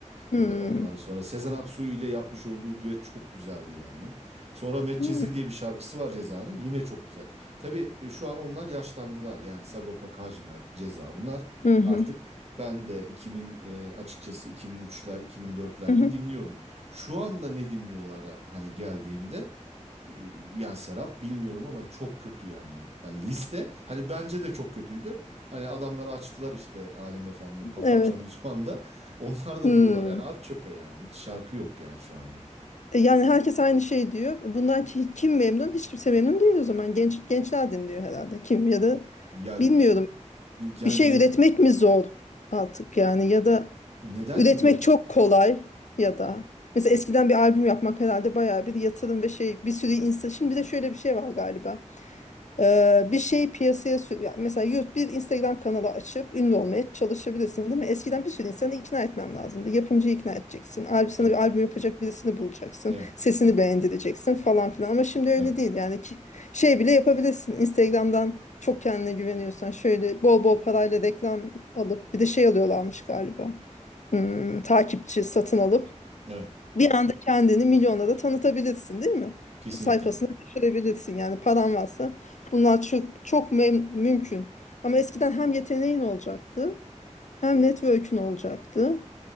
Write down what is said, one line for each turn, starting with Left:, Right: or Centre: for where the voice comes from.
Left: Hı
Right: E,
Left: hı.
Right: ondan sonra Sezen Aksu ile yapmış olduğu düet çok güzeldi yani. Sonra Medcezir
Left: Hı
Right: diye bir şarkısı var Ceza'nın. Yine çok güzel. Tabii e, şu an onlar yaşlandılar. Yani Sagopa Kajmer, Ceza bunlar
Left: hı.
Right: artık ben de 2000 e, açıkçası 2003'ler, 2004'lerde
Left: Hı hı.
Right: dinliyordum. Şu anda ne dinliyorlara hani geldiğimde e, yani Serap bilmiyorum ama çok kötü yani. Hani liste hani bence de çok kötüydü. Hani adamlar açtılar işte Alem FM'de bu kafa
Left: Evet.
Right: açan uzman da. Onlar da
Left: Hı.
Right: diyorlar yani at çöpe yani. Hiç şarkı yok yani şu anda.
Left: E, Yani herkes aynı şey diyor. Bundan ki- kim memnun? Hiç kimse memnun değil o zaman. Genç gençler dinliyor herhalde. Kim ya da
Right: Ya
Left: bilmiyorum.
Right: yani
Left: Bir şey
Right: gen-
Left: üretmek mi zor artık yani ya da
Right: neden
Left: üretmek
Right: üretir?
Left: çok kolay ya da mesela eskiden bir albüm yapmak herhalde bayağı bir yatırım ve şey bir sürü insan. Şimdi bir de şöyle bir şey var galiba. Ee, bir şeyi piyasaya sür ya mesela YouTube bir Instagram kanalı açıp ünlü olmaya çalışabilirsin değil mi? Eskiden bir sürü insanı ikna etmem lazımdı. Yapımcıyı ikna edeceksin. Albüm sana
Right: Evet,
Left: bir albüm yapacak birisini bulacaksın.
Right: evet,
Left: Sesini
Right: evet,
Left: beğendireceksin falan filan. Ama şimdi öyle
Right: evet,
Left: değil yani ki şey bile yapabilirsin. Instagram'dan çok kendine güveniyorsan şöyle bol bol parayla reklam alıp bir de şey alıyorlarmış galiba. Hmm, takipçi satın alıp
Right: evet.
Left: bir anda kendini milyonlara tanıtabilirsin, değil mi?
Right: Kesinlikle.
Left: Sayfasına düşürebilirsin. Yani paran varsa bunlar çok, çok mem- mümkün. Ama eskiden hem yeteneğin olacaktı, hem network'ün olacaktı,